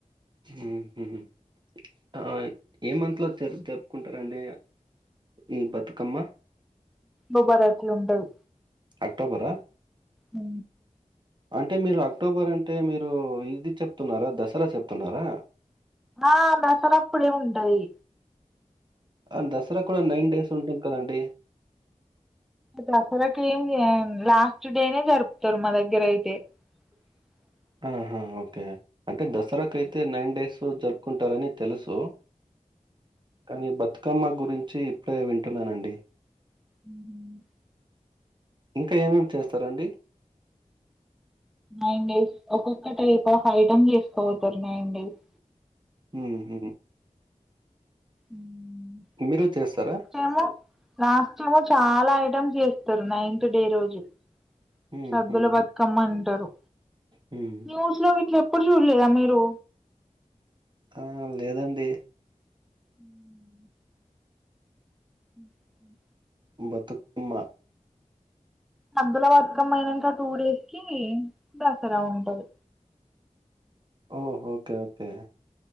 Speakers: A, on the right; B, in the centre.
A: ఊహు ఆ ఏ మంత్ లో జరుపుకుంటారండి ఈ బతుకమ్మ?
B: గుబారాత్లు ఉంటవి
A: అక్టోబరా?
B: ఉ
A: అంటే మీరు అక్టోబర్ అంటే మీరు ఇది చెప్తున్నారా, దసరా చెప్తున్నారా?
B: ఆ దసర అప్పుడే ఉంటది.
A: అ దసరా కూడా నైన్ డేస్ ఉంటుంది కదండి
B: దసరాకు ఏం జెయం లాస్ట్ డేనే జరుపుతారు మా దగ్గర అయితే స్
A: ఆహ ఓకే అంటే దసరాకు అయితే నైన్ డేస్ జరుపుకుంటారని తెలుసు. కానీ బతుకమ్మ గురించి ఇప్పుడే వింటున్నానండి.
B: ఉమ్ హు
A: ఇంకా ఏమేం చేస్తారండి?
B: నైన్ డేస్ ఒక్కొక్కటి ఒక్కొక్క ఐటమ్ చేసుపొతరు నైన్ డేస్
A: హ్మ్. హ్మ్.
B: ఉమ్
A: మీరు చేస్తారా?
B: ఏము లాస్టేమో చాలా ఐటమ్స్ చేస్తరు నైన్త్ డే రోజు
A: హ్మ్.
B: సద్దుల
A: హ్మ్.
B: బతుకమ్మ అంటారు.
A: హ్మ్.
B: న్యూస్ లో గిట్లా ఎప్పుడు చూడలేదా మీరు?
A: ఆ లేదండి
B: ఉమ్ హు హు
A: బతుకమ్మ
B: సద్దుల బతుకమ్మ అయినంక టూ డేస్ కి దసరా ఉంటది
A: ఓ ఓకే ఓకే